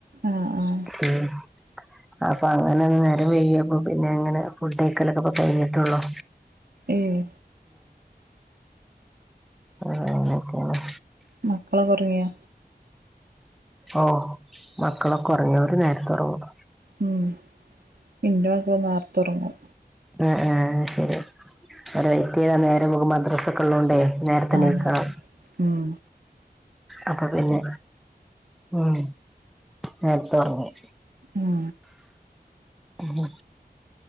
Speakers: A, on the right; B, in the centre.
A: ആഹ് ആഹ്
B: ഉം അപ്പൊ അങ്ങനെ ഇന്ന് നേരം വൈകിയപ്പൊ പിന്നെ ഞങ്ങള് ഫുഡേയ്ക്കലൊക്കെ ഇപ്പൊ തൊടങ്ങിട്ടൊള്ളു.
A: എ യൊ
B: ആ അങ്ങനെയൊക്കെയാണ്.
A: മക്കളൊക്കെ ഒറവിയാ.
B: ഓ മക്കളൊക്കെ ഒറങ്ങി അവര് ന്നേര്ത്തൊറങ്ങും.
A: ഉം ഇന്റെ മക്കളും നേർ ത്തൊറങ്ങും.
B: അ ആ ശരി അവര് വെയ്റ്റിയ്ത നേരംവെളുക്കുമ്പോ മദ്രസ- ഇക്കള്ളോണ്ടെ നേർത്തെ
A: ആഹ്
B: നീക്കണം.
A: ഉം
B: അപ്പൊ പിന്നെ ഉം നേര്ത്തൊറങ്ങും.
A: ഉം
B: ഉ